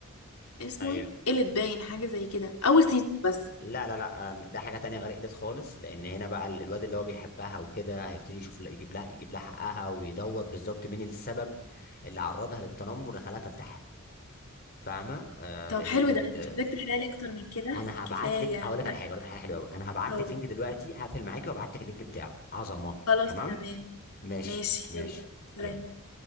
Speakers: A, on the left; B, on the left.
A: اسمه
B: ايوه
A: ايه قلت باين حاجة زي كده اول سيزون بس
B: لا لا لا أم، ده حاجة تانية غير قلت خالص لأن هنا بقى ال- الواد اللي هو بيحبها وكده هيبتدي يشوف لا، يجيب لها يجيب لها حقها ويدور بالظبط مين السبب اللي عرضها للتنمر اللي خلاها تنتحر فاهمة؟ آه
A: طب
B: لأنه
A: حلو
B: بجد
A: ده مش محتاج تحلالي اكتر من كده
B: أنا هبعت
A: كفاية
B: لك هقول لك على
A: أنا-
B: حاجة هقول لك على حاجة حلوة أوي أنا هبعت
A: اه
B: لك لينك دلوقتي هقفل معاكي وابعت لك اللينك بتاعه عظمة
A: خلاص
B: تمام؟
A: تمام
B: ماشي
A: ماشي
B: ماشي
A: يلا سلام
B: يلا